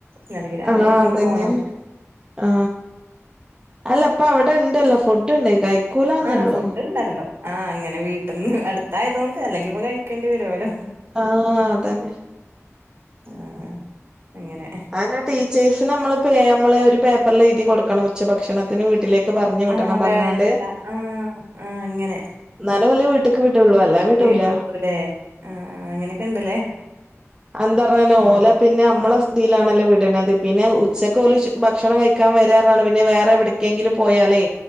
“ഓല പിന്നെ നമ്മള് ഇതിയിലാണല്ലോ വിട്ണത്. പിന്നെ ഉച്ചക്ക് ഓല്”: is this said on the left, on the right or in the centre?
Right